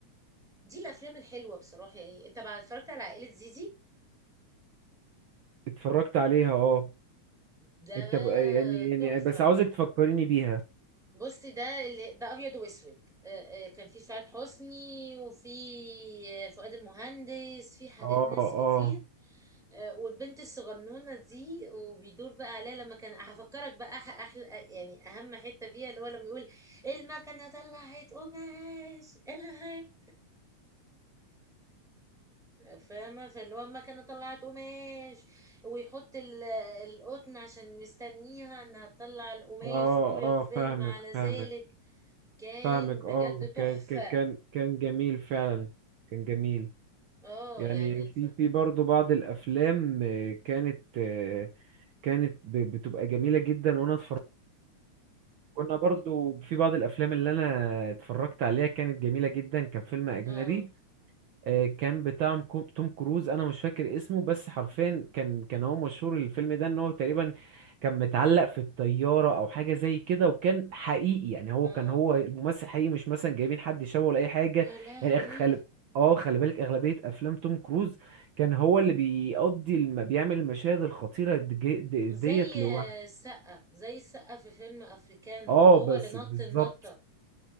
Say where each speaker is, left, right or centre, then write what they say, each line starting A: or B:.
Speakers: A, in the centre; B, on the right.
A: دي الافلام الحلوه بصراحه يعني طبعا اتفرجت على عائله زيزي
B: اتفرجت عليها اه
A: ده
B: انت بقى يعني يعني
A: تحفه
B: بس عاوزك تفكريني بيها
A: بصي ده اللي ده ابيض واسود آه، آه، كان في سعاد حسني وفي آه، فؤاد المهندس في حاجات
B: اه
A: ناس
B: اه
A: كتير آه، والبنت الصغنونه دي وبيدور بقى عليها لما كان هفكرك بقى أح- احلى يعني اهم حته فيها اللي هو لما يقول المكنه طلعت قماش الهك فاهمة فاللي هو المكنة طلعت قماش ويحط ال- القطن عشان مستنيها انها تطلع القماش
B: اه
A: وطول الفيلم
B: اه فاهمك
A: على ذلك
B: فاهمك
A: كان
B: فاهمك
A: بجد
B: اه
A: تحفة
B: كان كان كان كان جميل فعلا كان جميل
A: اه
B: يعني
A: يعني
B: في
A: ف...
B: في برضه بعض الافلام آه، كانت آه، كانت ب- بتبقى جميله جدا وانا اتفرجت كنا برضه في بعض الافلام اللي انا اتفرجت عليها كانت جميله جدا كان فيلم اجنبي
A: اه
B: آه، كان بتاع مكو- توم كروز انا مش فاكر اسمه بس حرفيا كان كان هو مشهور الفيلم ده ان هو تقريبا كان متعلق في الطيارة او حاجة زي كده وكان حقيقي يعني هو
A: اه
B: كان هو الممثل حقيقي مش مثلا جايبين حد شبهه ولا اي حاجة
A: يا لهوي
B: يعني خلي اه خلي بالك اغلبية افلام توم كروز كان هو اللي بيقضي الم... بيعمل المشاهد الخطيرة دي- دي-
A: زي
B: ديت لوحده
A: السقة زي السقة في فيلم افريكانو
B: اه
A: برضه هو
B: بس
A: اللي نط
B: بالظبط
A: النطة